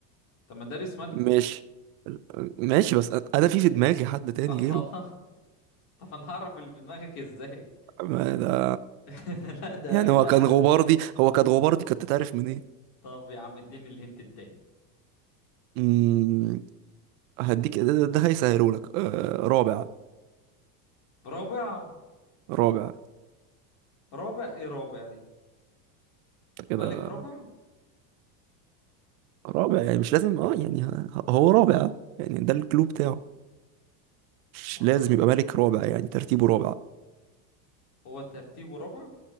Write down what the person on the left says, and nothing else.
طب ما داريوس ملك
الله
<laughs> طب انا هعرف اللي في دماغك ازاي
<laughs> لا ده
الا
طب يا عم اديني الهنت التاني
و- رابع
رابع ايه رابع دي
ملك رابع
رابع
هو ترتيبه رابع